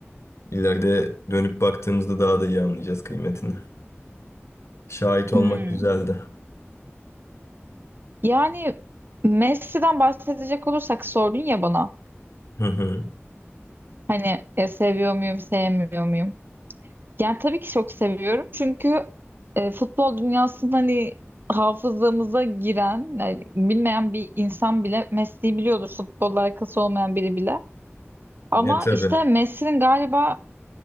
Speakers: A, on the left; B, on the right.
A: İleride dönüp baktığımızda daha da iyi anlayacağız kıymetini. Şahit olmak
B: Hmm.
A: güzeldi.
B: Yani Messi'den bahsedecek olursak sordun ya bana.
A: Hı hı.
B: Hani e, seviyor muyum, sevmiyor muyum? Yani tabii ki çok seviyorum. Çünkü e, futbol dünyasında hani hafızamıza giren, yani bilmeyen bir insan bile Messi'yi biliyordur. Futbolla alakası olmayan biri bile. Ama
A: E tabii.
B: işte Messi'nin galiba